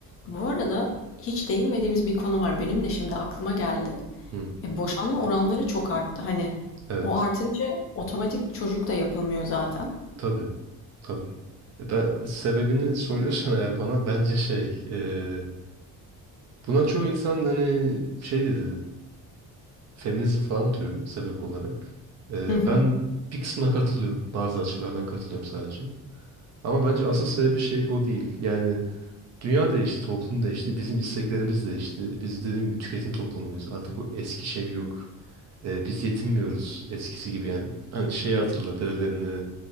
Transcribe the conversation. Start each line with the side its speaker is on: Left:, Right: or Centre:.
Left: Bu arada hiç değinmediğimiz bir konu var. Benim de şimdi aklıma geldi.
Right: Hı,
Left: E, boşanma oranları çok arttı. Hani
Right: evet.
Left: o artınca otomatik çocuk da yapılmıyor zaten.
Right: Tabii, tabii. E Ben sebebini soruyorsan eğer bana bence şey e, buna çoğu insan hani şey dedi feminizm falan diyor sebep olarak. E,
Left: Hı hı.
Right: ben bir kısmına katılıyorum. Bazı açılardan katılıyorum sadece. Ama bence asıl sebebi şey o değil. Yani Dünya değişti, toplum değişti, bizim isteklerimiz değişti. Biz dediğim gibi tüketim toplumuyuz. Artık o eski şey yok. Ee, biz yetinmiyoruz eskisi gibi yani. Ben şeyi hatırla dedelerini,